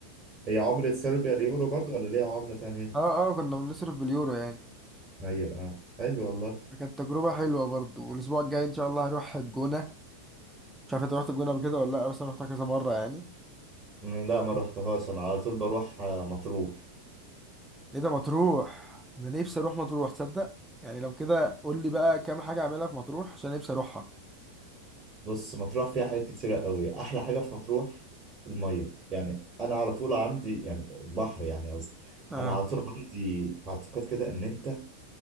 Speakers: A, on the right (about 25°); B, in the centre.
A: هي عمله صربيا اليورو برضو ولا ليها عمله تانية
B: اه اه كنا بنصرف باليورو يعني
A: ايوه اه حلو والله
B: فكانت تجربه حلوه برضو والاسبوع الجاي ان شاء الله هروح الجونه مش عارف انت رحت الجونه قبل كده ولا لا بس انا رحتها كذا مره يعني
A: مم، لا ما رحتهاش انا على طول بروح آه، مطروح
B: ايه ده مطروح انا نفسي اروح مطروح تصدق يعني لو كده قول لي بقى كام حاجه اعملها في مطروح عشان نفسي اروحها
A: بص مطروح فيها حاجات كتيره قوي احلى حاجه في مطروح الميه يعني انا على طول عندي يعني البحر يعني قصدي
B: آه،
A: انا على طول عندي اعتقاد كده ان انت